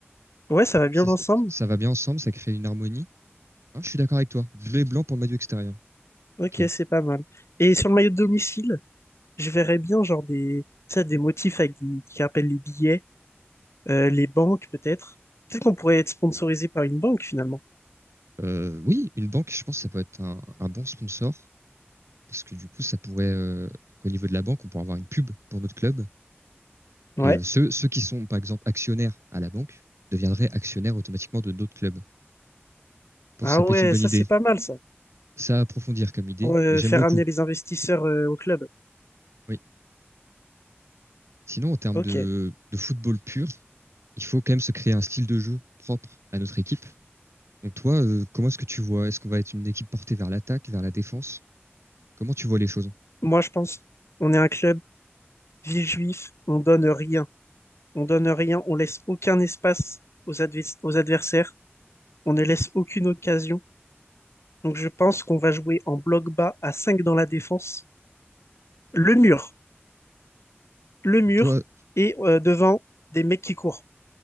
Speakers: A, on the left; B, on the right.
A: Ouais, ça va bien
B: C'est-
A: ensemble.
B: Ça va bien ensemble, ça crée une harmonie. Ah, je suis d'accord avec toi. Bleu et blanc pour le maillot extérieur.
A: Ok,
B: Ok.
A: c'est pas mal. Et sur le maillot de domicile, je verrais bien, genre, des, tu sais, des motifs avec des- qui rappellent les billets, euh, les banques, peut-être. Peut-être qu'on pourrait être sponsorisé par une banque, finalement.
B: Euh, oui, une banque, je pense, que ça peut être un, un bon sponsor. parce que du coup, ça pourrait, euh, au niveau de la banque, on pourrait avoir une pub pour notre club.
A: Ouais.
B: Et euh, ceux, ceux qui sont, par exemple, actionnaires à la banque deviendraient actionnaires automatiquement de notre club. Je pense
A: Ah
B: que ça peut
A: ouais,
B: être une bonne
A: ça,
B: idée.
A: c'est pas mal, ça.
B: Ça à approfondir comme idée,
A: pour euh,
B: mais j'aime
A: faire
B: beaucoup.
A: amener les investisseurs euh, au club.
B: Oui. Sinon, en termes
A: Ok.
B: de, de football pur, il faut quand même se créer un style de jeu propre à notre équipe. Donc toi, euh, comment est-ce que tu vois Est-ce qu'on va être une équipe portée vers l'attaque, vers la défense Comment tu vois les choses
A: Moi, je pense, on est un club ville juif, on donne rien. On donne rien, on laisse aucun espace aux, advers- aux adversaires, on ne laisse aucune occasion. Donc, je pense qu'on va jouer en bloc bas à 5 dans la défense. Le mur, le mur,
B: donc toi,
A: et euh, devant des mecs qui courent.